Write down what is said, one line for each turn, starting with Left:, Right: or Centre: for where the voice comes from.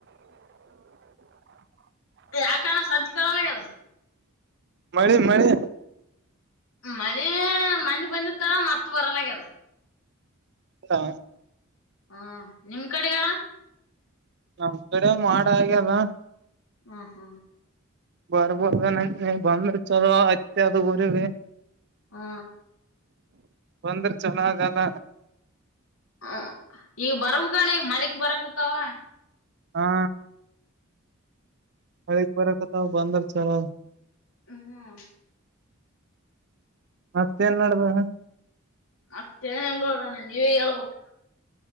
Left: ಯಾ ಕಾರಣ ಸಜ್ ಕಲ್ಲ ಅದ
Right: ಮಳೆ ಮಳೆ
Left: ಮಳೆ ಮನಿ ಬಂದಿತ್ತ ಮತ್ ಬರಲಗದ
Right: ಹಾ
Left: ಹ್ಮ್ ನಿಮ್ಮ ಕಡಿಗಾಣ
Right: ನಮ್ ಕಡೆ ಮಾಡಆಗದ
Left: ಹ್ಮ ಹಾ
Right: ಬರ್ಬೋದೇನಾ ಬಂದ್ರೆ ಚಲೋ ಅತ್ತಿ ಎಲ್ಲ ಉರಿವಿ
Left: ಹಾ
Right: ಬಂದ್ರೆ ಚೊಲ ಅದಲ್ಲ
Left: ಹ ಈಗ ಬರ್ಬ ಕಣಿ ಮಳಕ್ ಬರ ಕೂತಾವ
Right: ಹಾ ಮಳೆ ಬರಕತ್ತೆ ಬಂದ್ರೆ ಚೊಲೊತ್ತ್
Left: ಹ್ಮ
Right: ಮತ್ತೇನ್ ಮಾಡಡ್ದ
Left: ಮತ್ತೆ ನನ್ ನೋಡಣ್ಣ ನೀವೇ ಹೇಳ್ಬೇಕ